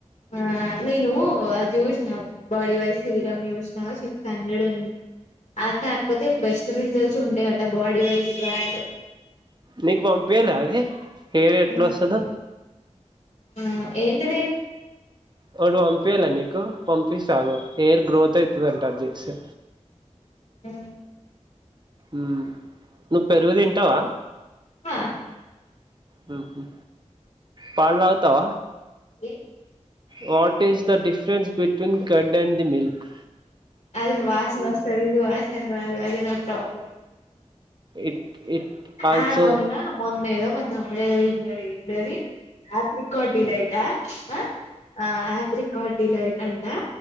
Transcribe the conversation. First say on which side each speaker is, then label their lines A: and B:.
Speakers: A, on the left (about 70°); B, on the right (about 40°).
A: ఆ నేను అద్ జూసిన బాడీ వైజ్ సీరమ్ చూసిన సిక్స్ హండ్రెడ్ ఉంది. అ కాక్పోతే బెస్ట్ రిజల్ట్స్ ఉంటాయట బాడీ వైజ్ బ్రాండ్
B: నీక్ పంపియల అది? హెయిర్ ఎట్లా
A: ఆ
B: వస్తదో
A: ఏంటది?
B: ఒకటి పంపయాల నీకు? పంపిస్తా ఆగు, హెయిర్ గ్రోత్ అయితదంట అద్ చేసే.
A: ఉ
B: ఉ నువ్ పెరుగు తింటవా?
A: ఆ
B: ఉ పాల్ తాగ్తవ?
A: The
B: what is the difference between curd and the milk?
A: అది వాసన వస్తది, ఇది వాసన రాదు అదే నా problem.
B: It it also
A: ah మొన్న మొన్నెదో మా తమ్ముడేదో తిన్నాడు, ఏంటది ఆప్రికాడ్ డిలైట్ ఆ ఆ? ఆ ఆప్రికాడ్ డిలైట్ అంట